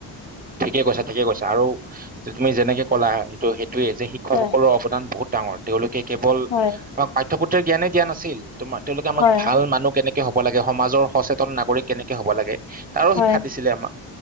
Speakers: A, on the right; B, on the left.
A: ঠিকে কৈছা ঠিকে কৈছা আৰু তুমি যেনেকে ক'লা সেইটো সেই সেইটো যে শিক্ষকসকলৰ
B: হয়
A: অৱদান বহুত। ডাঙৰ তেওঁলোক কেৱল
B: হয়
A: পাঠ্যপ্ৰ জ্ঞানে দিয়া নাছিল তোমাৰ তেওঁলোকে আম
B: হয়
A: ভাল মানুহ কেনেকে হব লাগে সমাজৰ সচেতন নাগৰিক কেনেকে হ'ব লাগে তাৰো
B: হয়,
A: শিক্ষা দিছিলে আমাক।